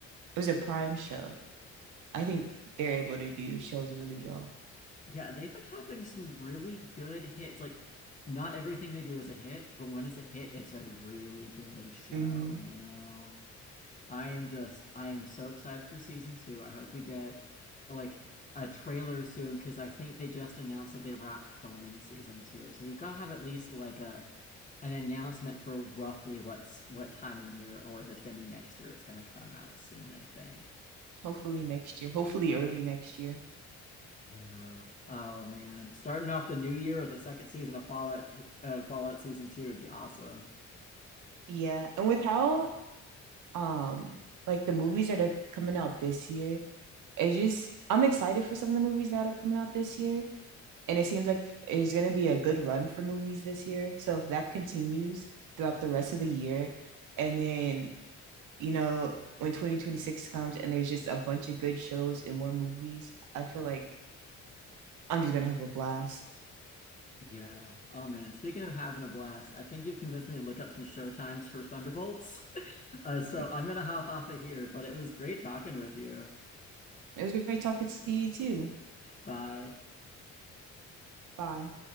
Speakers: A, on the right; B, on the left.
A: It was a Prime show. I think they're able to do shows really well.
B: Yeah, they've been having some really good hits. Like, not everything they do is a hit, but when it's a hit, it's a really good show,
A: Mm-hmm.
B: you know? I am just, I am so excited for season two. I hope we get like a trailer soon because I think they just announced that they wrapped filming season two. So we've got to have at least like a an announcement for roughly what's what time of year or if it's going to be next year it's going to come out soon i think
A: Hopefully next year. Hopefully early next year.
B: yeah oh man starting off the new year with the second season of fallout uh, fallout season 2 would be awesome
A: Yeah, and with how um like the movies that are coming out this year, it just I'm excited for some of the movies that are coming out this year, and it seems like it's gonna be a good run for movies this year. So if that continues throughout the rest of the year, and then you know when 2026 comes and there's just a bunch of good shows and more movies, I feel like I'm just gonna have a blast.
B: yeah oh man speaking of having a blast i think you've convinced me to look up some show times for thunderbolts <laughs> uh,
A: <laughs>
B: so i'm going to hop off of here but it was great talking with you
A: It was great talking to you too.
B: bye
A: Bye.